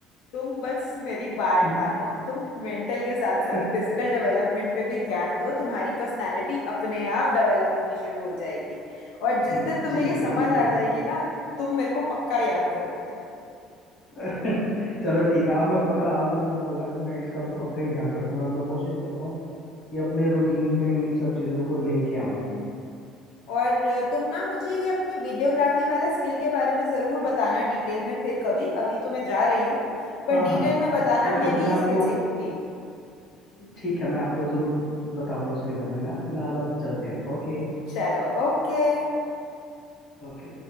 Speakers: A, on the left (about 80°); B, on the left (about 35°).
A: तुम बस मेरी बात
B: है
A: ठानो तुम मेंटल के साथ साथ
B: ना
A: फिजिकल डेवलपमेंट पे भी ध्यान दो तुम्हारी पर्सनालिटी अपने आप डेवलप होनी शुरू हो जाएगी और जिस
B: हम्म,
A: दिन तुम्हें
B: ठीक
A: ये समझ
B: है ठीक
A: आ
B: है
A: जाएगी ना तुम मेरे को पक्का याद करोगे
B: <laughs> चलो ठीक है अब मैं पक्का आपने मुझे बोला तो मैं इसका तो पक्का ही ध्यान रखूंगा अब मैं कोशिश करता हूँ कि अपने रूटीन में इन सब चीज़ों को लेके आऊँ
A: और अ, तुम ना मुझे ये अपनी वीडियोग्राफी वाले स्किल के बारे में ज़रूर बताना डिटेल में फिर कभी अभी तो मैं जा रही हूँ पर
B: हाँ
A: डिटेल
B: हाँ हाँ
A: में बताना
B: ओके
A: मैं
B: ओके
A: भी
B: मैं
A: ये
B: आपको
A: स्किल सीखूंगी
B: ठीक है मैं आपको ज़रूर बताऊंगा उसके बारे में ना फिलहाल अभी चलते हैं ओके
A: चलो ओके
B: ओके